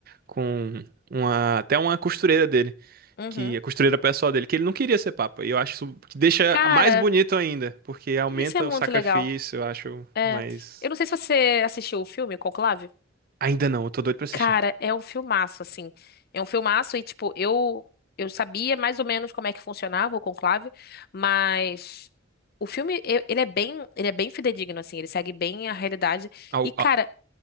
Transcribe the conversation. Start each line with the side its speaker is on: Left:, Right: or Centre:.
Right: com uma, até uma costureira dele,
Left: Uhum.
Right: que a costureira pessoal dele, que ele não queria ser papa. E eu acho isso que deixa
Left: Cara,
Right: mais bonito ainda, porque aumenta
Left: isso é muito
Right: o sacrifício,
Left: legal.
Right: eu acho,
Left: É.
Right: mas
Left: Eu não sei se você assistiu o filme Conclave.
Right: ainda não, eu tô doido pra assistir.
Left: Cara, é um filmaço, assim. É um filmaço e, tipo, eu, eu sabia mais ou menos como é que funcionava o Conclave, mas. O filme, eu- ele é bem, ele é bem fidedigno, assim, ele segue bem a realidade.
Right: Au,
Left: E, cara,
Right: au.